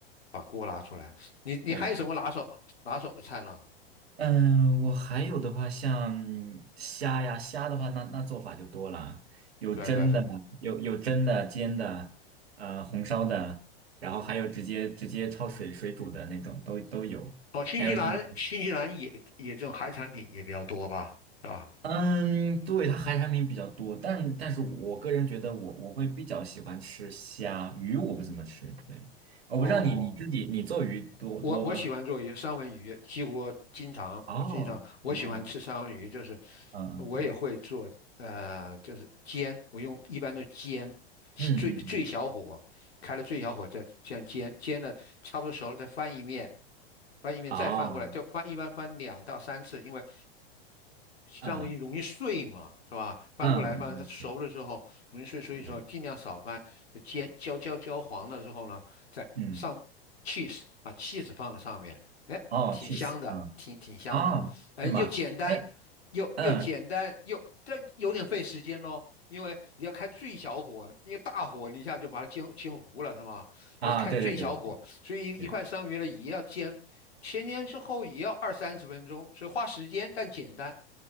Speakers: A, on the left (about 85°); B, on the right (about 85°).
A: 把锅拿出来，你你还有什么拿手拿手的菜呢？
B: 对嗯，我还有的话，像虾呀，虾的话，那那做法就多了，有蒸的，
A: 对啊对啊对啊。
B: 有有蒸的、煎的，呃，红烧的，然后还有直接直接焯水水煮的那种，都都有。
A: 哦，新西兰，
B: 还有什么？
A: 新西兰也也这种海产品也比较多吧，是吧？
B: 嗯，对，它海产品比较多，但但是我个人觉得我我会比较喜欢吃虾，鱼我不怎么吃。对，我不知道你你自己你做鱼多多吗？
A: 哦。我我喜欢做鱼，三文鱼，几乎经常经常我喜欢吃三文鱼，
B: 哦哦，
A: 就是
B: 嗯嗯嗯
A: 我也会做，呃，就是煎，我用一般都煎，最最小火，
B: 嗯嗯，
A: 开了最小火再这样煎，煎了差不多熟了再翻一面，翻一面再翻过来，
B: 哦。
A: 就翻一般翻两到三次，因为
B: 嗯
A: 三文鱼容易碎嘛，是吧？翻过来翻，
B: 嗯嗯，
A: 它熟了之后容易碎，
B: 对
A: 所以说尽量少翻，
B: 对对，
A: 就煎焦焦焦黄了之后呢。再上
B: 嗯，
A: cheese，把 cheese 放在上面，哎，
B: 哦，
A: 挺香的，
B: 去死，嗯，
A: 挺挺香的，
B: 啊，
A: 哎，
B: 是吗？
A: 又简单，
B: 哎，
A: 又又简单又，
B: 嗯，
A: 但有点费时间咯，因为你要开最小火，因为大火你一下就把它煎煎糊了，是吗？
B: 啊，
A: 要开最小火，
B: 对对对对对
A: 所以一块生鱼呢也要煎，
B: 对，
A: 前煎之后也要二三十分钟，所以花时间但简单。